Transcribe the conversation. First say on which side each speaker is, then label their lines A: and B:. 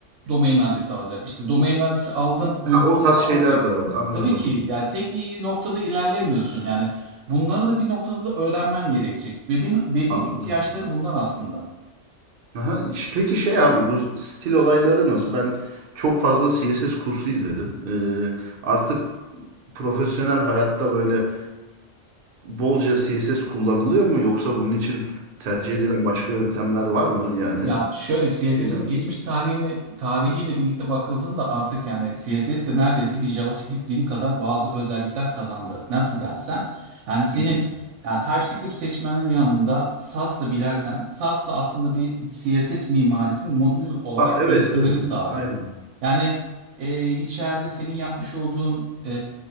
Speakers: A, on the right (about 80°); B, on the right (about 55°).
A: domain adresi alacağım? İşte domain adresi aldım uygulama
B: Ha, o tarz şeyler
A: nasıl?
B: de var. Anladım.
A: Tabii ki yani tek bir noktada ilerlemiyorsun. Yani bunları da bir noktada da öğrenmen gerekecek. Web'in web'in
B: Anladım.
A: ihtiyaçları bunlar aslında.
B: Aha. ş- Peki şey abi bu stil olayları nasıl? Ben çok fazla CSS kursu izledim. Ee, artık profesyonel hayatta böyle bolca CSS kullanılıyor mu? Yoksa bunun için tercih edilen başka yöntemler var mı? Yani
A: Ya şöyle CSS'in
B: biliyor musun?
A: geçmiş tarihini tarihiyle birlikte bakıldığında artık yani CSS de neredeyse bir JavaScript dili kadar bazı özellikler kazandı. Nasıl dersen yani senin
B: Hmm.
A: yani TypeScript seçmenin yanında Sass da bilersen Sass da aslında bir CSS mimarisini modül olarak
B: Ha, evet
A: geliştirmeni
B: evet.
A: sağlıyor.
B: Aynen.
A: Yani e, içeride senin yapmış olduğun e,